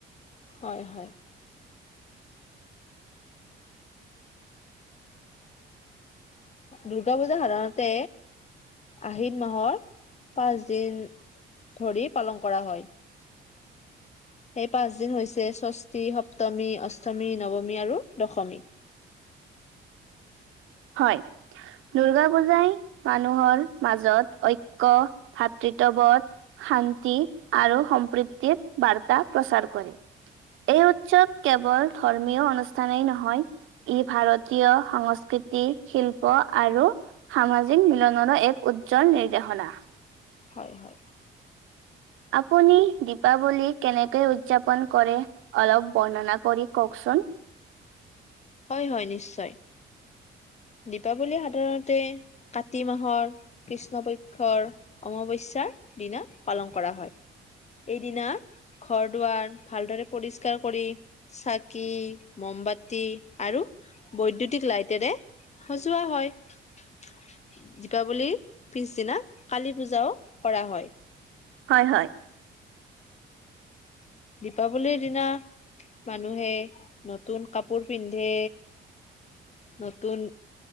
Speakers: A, on the left; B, on the right.
A: হয়- হয়। দুৰ্গা পূজা সাধাৰণতে আহিন মাহৰ পাঁচদিন ধৰি পালন কৰা হয়। সেই পাঁচদিন হৈছে ষষ্ঠী, সপ্তমী, অষ্টমী, নৱমী আৰু দশমী। <inaudible>
B: হয় দুৰ্গা পূজাই মানুহৰ মাজত ঐক্য ভাতৃ তবধ শান্তি আৰু সম্প্ৰীতিৰ বাৰ্তা প্ৰচাৰ কৰে। এই উৎসৱ কেৱল ধৰ্মীয় অনুষ্ঠানেই নহয় ই ভাৰতীয় সংচ কৃতি শিল্প আৰু সামাজিক মিলনৰো এক উজ্জ্বল নিৰ্দেশনা।
A: হয়- হয়।
B: আপুনি দিপাৱলী কেনেকেই উদযাপন কৰে অলপ বৰ্ণনা কৰি কওকচোন। <unintelligible>
A: হয় হয় নিশ্চয় দীপাৱলী সাধাৰণতে কাতি মাহৰ কৃষ্ণপক্ষৰ অমাৱস্যাৰ। দিনা পালন কৰা হয় এইদিনা ঘৰ, দুৱাৰ ভালদৰে পৰিষ্কাৰ কৰি চাকি, ম বাতি আৰু বৈদ্যুতিক লাইটেৰে সজোৱা হয়। দীপাৱলীৰ পিছদিনা কালী পূজাও কৰা হয়।
B: হয়, হয়।
A: দীপাৱলীৰ দিনা মানুহে নতুন কাপোৰ পিন্ধে। নতুন